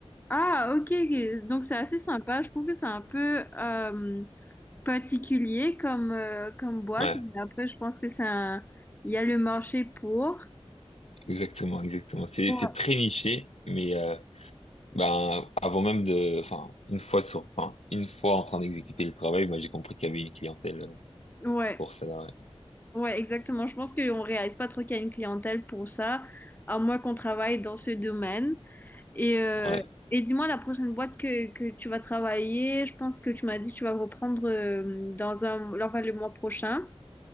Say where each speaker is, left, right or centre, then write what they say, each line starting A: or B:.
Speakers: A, on the left (about 15°); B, on the left (about 80°).
A: Ah, ok. ok. Donc c'est assez sympa. Je trouve que c'est un peu euh, particulier comme, euh, comme boîte.
B: Ouais,
A: Mais après, je pense que c'est un... Il y a le marché pour.
B: exactement, exactement. C'est
A: Ouais.
B: c'est très niché, mais euh, ben avant même de, enfin une fois sur, enfin une fois en train d'exécuter le travail, moi j'ai compris qu'il y avait une clientèle euh,
A: Ouais,
B: pour ça. Ouais,
A: ouais, exactement. Je pense qu'on réalise pas trop qu'il y a une clientèle pour ça, à moins qu'on travaille dans ce domaine. Et, euh,
B: ouais.
A: et dis-moi, la prochaine boîte que, que tu vas travailler, je pense que tu m'as dit que tu vas reprendre euh, dans un, enfin, le mois prochain.